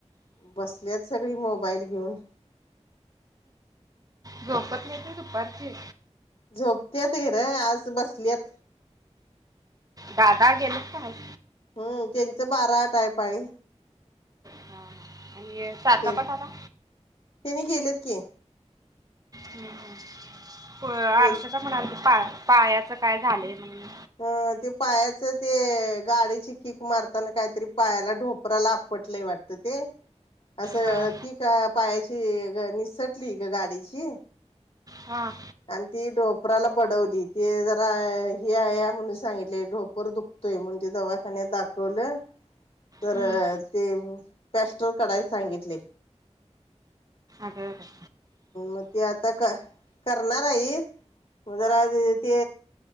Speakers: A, on the left; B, on the right.
A: बसल्यात सगळी मोबाईल घेऊन.
B: झोपत नाइत होय दुपारची.
A: झोपत्यात इर आज बसल्यात.
B: दादा गेल्यात का हायत.
A: हम् त्यांचं बारा आट आहे पाळी.
B: हा. आणि सातापा
A: त्यानी
B: दादा.
A: त्यांनी गेलेत की.
B: हम् हम आरषादा
A: गेले
B: म्हणालती पा पायाच काय झालंय म्हण.
A: अ ते पायाच. ते गाडीची कीक मारताना काहीतरी पायाला ढोपराला आपटलंय वाटतं ते. <inaudible> असं
B: हां
A: कीक पायाची निसटली ग गाडीची.
B: हां.
A: आणि ती ढोपराला बडवली ते जरा हे.. या या म्हणून सांगितलेय ढोपर दुखतोय मंजे दवाखान्यात दाखवलं. तर
B: हम्म.
A: ते पॅस्टल कढायला सांगितलय.
B: आग बाई.
A: मग ते आता करणार आइत मग जरा ते